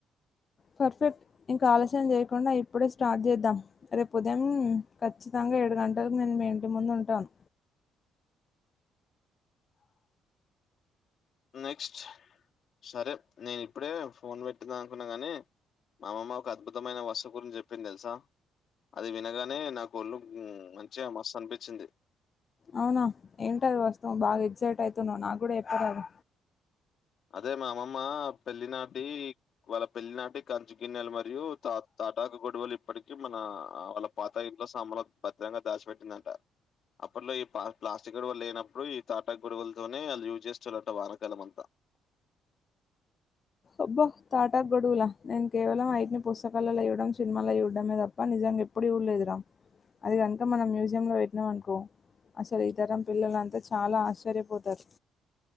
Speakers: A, on the left; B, on the left.
A: పర్ఫెక్ట్ ఇంకా ఆలస్యం చేయకుండా ఇప్పుడే స్టార్ట్ చేద్దాం రేపు ఉదయం ఖచ్చితంగా. ఏడు గంటలకు నేను మీ ఇంటి ముందు ఉంటాను.
B: నెక్స్ట్ సరే నేను ఇప్పుడే ఫోన్ పెట్టుకుందాం అనుకున్నా గాని. మా అమ్మ ఒక అద్భుతమైన వస్తువు గురించి చెప్పింది తెలుసా. అది వినగానే నాకు ఒళ్ళు ఉమ్ మంచిగా మస్త్ అనిపించింది.
A: అవునా ఏంటాది వస్తువు బాగా ఎగ్జైట్ అవుతున్నావు నాకు కూడా చెప్పారాదు.
B: అదే మా అమ్మమ్మ పెళ్లి నాటి వాళ్ళ పెళ్లి నాటి కంచు గిన్నెలు మరియు తాత. పటాకు కడవలు ఇప్పటిక మన వాళ్ళ పాత ఇనుప సామాన్ లో భద్రంగా దాచిపెట్టిందంట. అప్పట్లో ఈ పా ప్లాస్టిక్ గొడవలు లేనప్పుడు ఈ తాటా గొడవలతోనే అది యజ్ చేస్తరంట వానాకాలంతా.
A: అబ్బ తాటాక్ గొడువులా నేను కేవలం అవిటిని పుస్తకాలలో చూడడం సినిమాలో చూడడం తప్ప నిజం. అది నేను ఎప్పుడు చూడలేదురా అది కనుక మనం మ్యూజియంలో పెట్టినం అనుకో. అసలు ఈ తరం పిల్లలంతా చాలా ఆశ్చర్యపోతారు